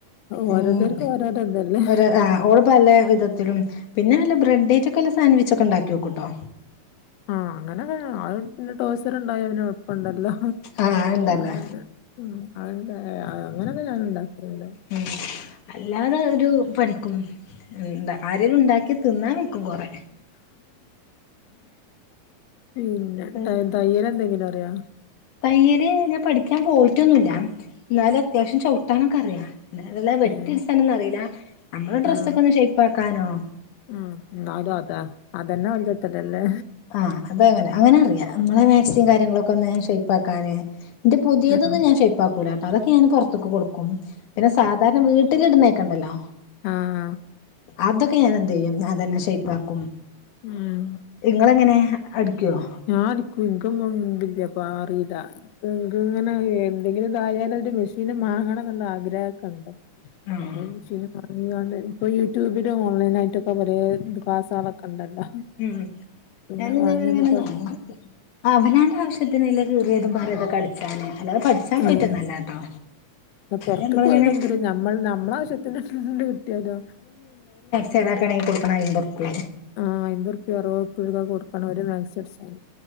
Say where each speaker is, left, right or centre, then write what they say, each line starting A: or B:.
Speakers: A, on the left (about 70°); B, on the left (about 85°).
A: ഓരോരുത്തർക്കും
B: ഉം
A: ഓരോരോ ഇതല്ലേ
B: ഒരു ആ ഓള് പല വിധത്തിലും പിന്നെ നല്ല ബ്രെഡ <unintelligible> സാൻവിച്ച് ഒക്കെ ഇണ്ടാക്കി നോക്കുട്ടോ.
A: ആഹ് അങ്ങനെയൊക്കെ അങ്ങനെ ടോയ്‌സര്‍ ഉണ്ടായ പിന്നെ എളുപ്പണ്ടല്ലോ,
B: ആഹ് ഉണ്ടല്ലോ
A: അത് പിന്നെ <unintelligible> അങ്ങനൊക്കെ ഞാനുംണ്ടാക്കൽണ്ട്
B: ഉം അല്ലാതെ ഒരു പണിക്കും എന്താ ആരലും ഇണ്ടാക്കിയ തിന്നാ വയ്ക്കും കൊറെ
A: പിന്നെ
B: ഉം
A: ട്ട തയ്യൽ എന്തെങ്കിലും അറിയോ
B: തയ്യല് ഞാൻ പഠിക്കാൻ പോയിട്ടൊന്നുല്ല ഇന്നാലും അത്യാവശ്യം ചവിട്ടാനൊക്കെ അറിയാ അല്ല വെട്ടി
A: ഏഹ്
B: അട്സാനൊന്നുംഅറീല്ല. നമ്മളെ ഡ്രസ്സൊക്കെന്ന്
A: ആഹ്
B: ഷെയ്പ്പാക്കാനോ
A: ഉം ന്നാലും അതാ അതെന്നെ വലിയ കിട്ടലല്ലേ
B: ആഹ് അതെങ്ങനെ അങ്ങനെ അറിയാം നമ്മളെ മാക്സി കാര്യങ്ങളൊക്കെ ഒന്ന് ഷപ്പാക്കാനെ എന്റെ പുതിയതൊന്ന്
A: ആഹ്
B: ഞാൻ ഷേ ഉപ്പാക്കൂലാട്ട അതൊക്കെ ഞാൻ പുറത്തൊക്ക് കൊടുക്കും പിന്നെ സാധാരണ വീട്ടില ഇടുന്നേക്കണ്ടല്ലോ
A: ആഹ
B: അതൊക്കെ ഞാന എന്ത് ചെയ്യും ഞാതന്നെ ഷേപ്പാക്കും
A: ഉം
B: നിങ്ങളെങ്ങനെ അടിക്കുവോ
A: ഞാനടിക്കും ഇകൊന്ന് <unintelligible> പാറല്ല ഇങ്ങനെ എന്തെങ്കിലും ഇതായാല ഒരു മെഷീന് വാങ്ങണം എന്നുള്ള ആഗ്രഹമൊക്കെണ്ട്
B: ആഹ്
A: ആ <unintelligible> അണ്ട് ഇപ്പൊ യൂട്യൂബില ഓൺലൈനായിട്ടൊക്കെ ഒരേ ഇകസുകളൊക്കെ ഉണ്ടല്ലോ
B: ഉം
A: പിന്നെ
B: ഞനിതങ്ങനെ
A: വാങ്ങിയൊന്ന് പ
B: <unintelligible> അവലാന്റെ ആവശ്യത്തിനല്ല കീറിയതും പറത കടിച്ചാന് അല്ല പഠ സംഭവട്ടൊന്നല്ലട്ടോ
A: ആഹ് പൊറത്ത്ക്ക്
B: നമ്മള
A: പോയില്ലെങ്കിലും
B: എങ്ങനെ
A: നമ്മൾ നമ്മള ആവശ്യത്തിന്ണ്ട് കിട്ടിയാലോ
B: ചെരാ കണി കൊടുക്കണം അൻമ്പോറുപ്പിക
A: ആഹ് അൻപത് റുപ്പിക <unintelligible> കൊടുക്കാണ് ഒരു <unintelligible>